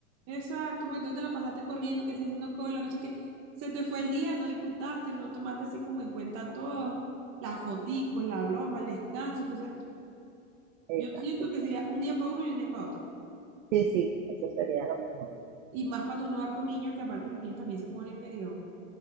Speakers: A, on the right; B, on the right.
A: Exacto, porque tú te la pasaste corriendo, que sí, haciendo cola, no sé qué. Se te fue el día, no disfrutaste, no tomaste así como en cuenta todo, las foticos, la broma, el descanso. Entonces,
B: Exacto,
A: yo siento
B: exacto.
A: que sería un día para uno y un día para otro.
B: Sí, sí, eso sería lo mejor.
A: Y más cuando uno va con niños, que aparte los niños también se ponen medio...